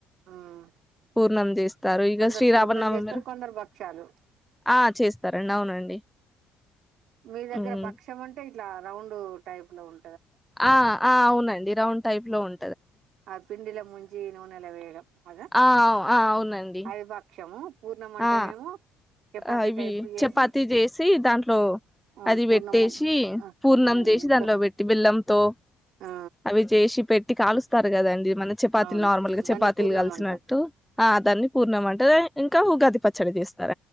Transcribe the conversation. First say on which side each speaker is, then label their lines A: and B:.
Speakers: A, on the right; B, in the centre.
A: ఉమ్
B: పూర్ణం చేస్ స్తారు ఇగ
A: కొందరు
B: శ్రీరామనవమి
A: పూర్ణం చేస్తారు
B: రో
A: కొందరు భక్షాలు
B: ఆ చేస్తారండి అవునండి
A: మీ దగ్గర
B: హ్మ్.
A: భక్ష్యం అంటే ఇట్లా రౌండ్ టైప్ లో ఉం
B: ఆ ఆ అవునండి రౌండ్ టైప్ లో ఉం
A: ఆ పిండలో ముంచి నూనెల వేయడం అద
B: ఆ ఆ అవునండి
A: అవి భక్షము పూర్ణం అంటేనేమో
B: ఆ ఆ ఇవి
A: టైప్ చేసి
B: చపాతి చేసి దాంట్లో
A: ఆ
B: అది
A: పూర్ణము
B: పెట్టేసి
A: ఆ
B: పూర్ణం చేసి దాంట్లో
A: ఓ
B: బెట్టి బెల్లం తో
A: ఆ
B: అవి చేసి పెట్టి కాలుస్తారు కదండి మన చపాతీలు
A: అవును
B: నార్మల్ గా
A: దాన్ని
B: చపాతీలు
A: పూర్ణం
B: కలిసినట్టు
A: అంటాం
B: ఆ దాన్ని పూర్ణమంట ఇంకా ఉగాది పచ్చడి చేస్తార